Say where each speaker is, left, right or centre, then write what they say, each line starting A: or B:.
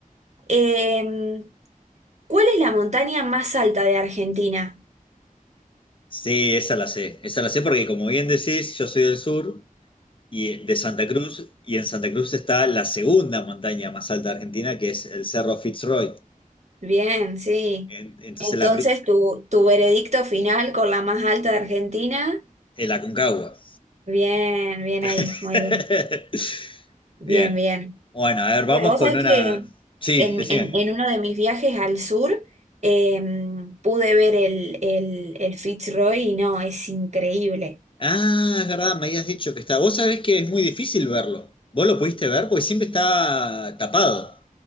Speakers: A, on the right; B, on the left.
A: Eh, ¿cuál es la montaña más alta de Argentina?
B: Sí, esa la sé. Esa la sé porque, como bien decís, yo soy del sur y de Santa Cruz, y en Santa Cruz está la segunda montaña más alta de Argentina, que es el Cerro Fitzroy.
A: Bien, sí.
B: En- Entonces
A: Entonces,
B: la, pri-
A: tu, tu veredicto final con la más alta de Argentina.
B: el Aconcagua.
A: Bien, bien ahí,
B: <laughs>
A: muy bien. Bien,
B: Bien.
A: bien.
B: Bueno, a ver,
A: Bueno,
B: vamos
A: vos
B: con
A: sabés
B: una.
A: que en,
B: Sí,
A: en-
B: decime.
A: en uno de mis viajes al sur em, pude ver el, el, el Fitzroy y no, es increíble.
B: Ah, es verdad, me habías dicho que está. Vos sabés que es muy difícil verlo. ¿Vos lo pudiste ver? Porque siempre está tapado.